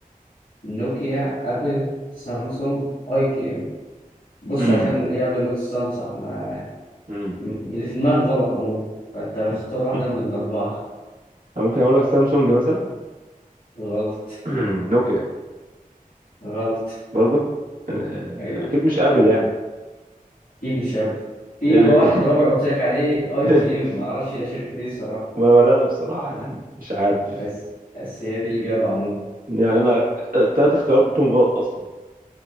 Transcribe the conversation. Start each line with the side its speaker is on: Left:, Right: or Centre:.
Left: نوكيا أبل سامسونج أي بي إم بص
Right: امم
Left: عشان إيه قبل ما تستنصح ما
Right: امم
Left: اللي في دماغك غلط عموما فأنت اختار
Right: <laughs>
Left: واحدة من الأربعة
Right: أنا ممكن أقول لك سامسونج مثلا
Left: غلط
Right: <clears throat> نوكيا
Left: غلط
Right: برضه آه،
Left: أيوة
Right: اكيد مش قابل يعني
Left: أكيد مش عارف في
Right: يعني
Left: بقى واحد رابع قلت لك عليه أي
Right: <laughs>
Left: بي إم معرفش ده شركة إيه الصراحة
Right: ولا ولا انا بصراحه يعني مش عارف
Left: بس بس هي دي الإجابة عموما
Right: يعني انا التلات اختيارات قلتهم غلط اصلا